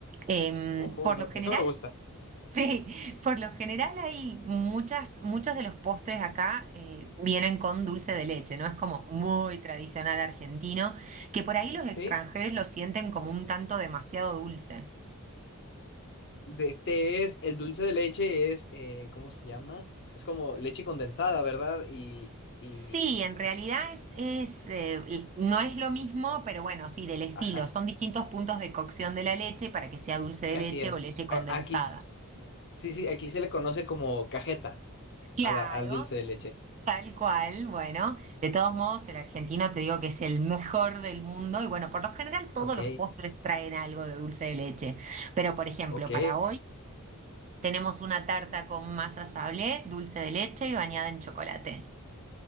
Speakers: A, on the right; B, on the left.
A: Em,
B: Ojo,
A: por
B: me-
A: lo general,
B: eso me gusta.
A: <laughs> sí, por lo general hay muchas, muchos de los postres acá eh, vienen con dulce de leche, ¿no? Es como muy tradicional argentino, que por ahí los extranjeros
B: ¿Sí?
A: lo sienten como un tanto demasiado dulce.
B: De este es, el dulce de leche es, eh, ¿cómo se llama? Es como leche condensada, ¿verdad? Y, y,
A: Sí, en realidad es, es, eh, l- no es lo mismo, pero bueno, sí, del estilo.
B: ajá,
A: Son distintos puntos de cocción de la leche para que sea dulce de
B: así
A: leche
B: es.
A: o leche condensada.
B: A- Aquí, s- sí, sí, aquí se le conoce como cajeta
A: Claro,
B: a la- al dulce de leche.
A: tal cual. Bueno, de todos modos, el argentino te digo que es el mejor del mundo y bueno, por lo general todos
B: Ok,
A: los postres traen algo de dulce de leche. Pero por ejemplo,
B: ok,
A: para hoy tenemos una tarta con masa sablé, dulce de leche y bañada en chocolate.